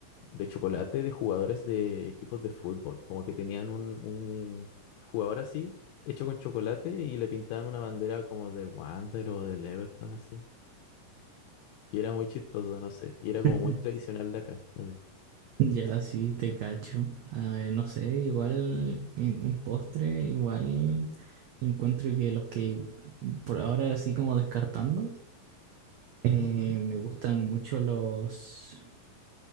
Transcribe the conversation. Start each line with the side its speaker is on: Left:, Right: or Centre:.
Left: de chocolate de jugadores de equipos de fútbol, como que tenían un, un jugador así, hecho con chocolate y le pintaban una bandera como del Wander o del Everton así. Y era muy chistoso, no sé, y era como
Right: <laughs>
Left: muy tradicional de acá, así.
Right: Ya, sí, te cacho. A ver, no sé, igual en, en postre, igual encuentro que los que por ahora así como descartando, eh,
Left: Ujú,
Right: me gustan mucho los,